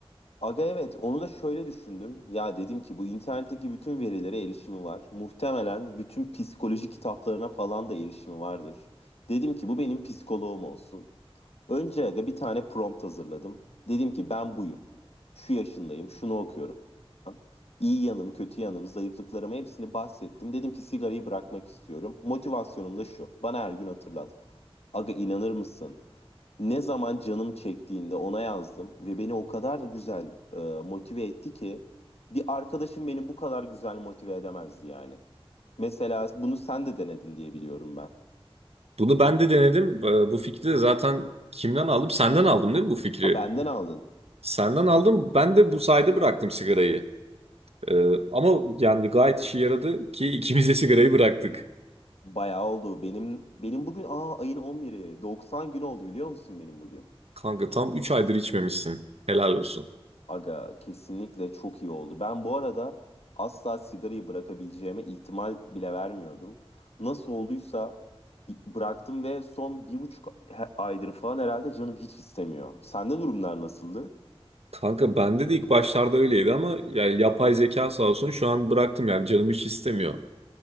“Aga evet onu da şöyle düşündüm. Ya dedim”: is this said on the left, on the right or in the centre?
Left